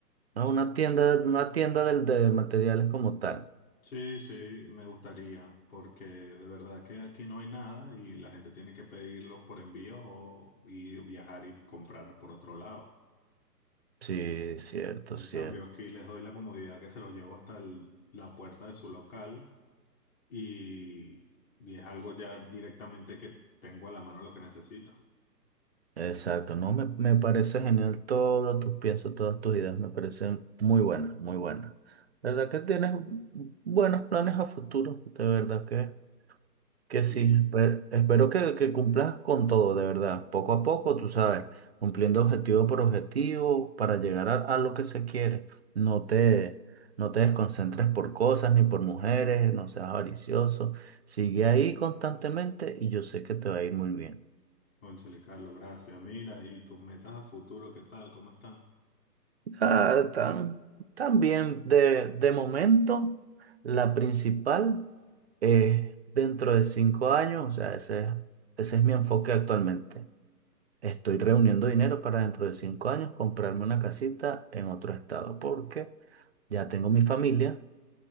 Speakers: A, on the right; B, on the left.
A: ¿no? Una tienda, una tienda del- de materiales como tal.
B: Sí, sí, me gustaría, porque de verdad que aquí no hay nada y la gente tiene que pedirlos por envíos o ir viajar y comprar por otro lado.
A: Sí, cierto,
B: En
A: cierto.
B: cambio, aquí les doy la comodidad que se los llevo hasta el- la puerta de su local y, y es algo ya directamente que tengo a la mano lo que necesito.
A: Exacto, no, me, me parece genial todo tus piensos, todas tus ideas, me parecen muy buenas, muy buenas. ¿Verdad que tienes buenos planes a futuro? De verdad que, que sí,
B: Y,
A: espe- espero que, que cumplas con todo, de verdad, poco a poco, tú sabes, cumpliendo objetivo por objetivo para llegar a, a lo que se quiere. No te, no te desconcentres por cosas ni por mujeres, no seas avaricioso, sigue ahí constantemente y yo sé que te va a ir muy bien.
B: cónchale, Carlos, gracias. Mira, y tus metas a futuro, ¿qué tal? ¿Cómo están?
A: Ah, tan, también de, de momento, la principal es dentro de cinco años, o sea, ese, ese es mi enfoque actualmente. Estoy reuniendo dinero para dentro de cinco años comprarme una casita en otro estado, porque ya tengo mi familia,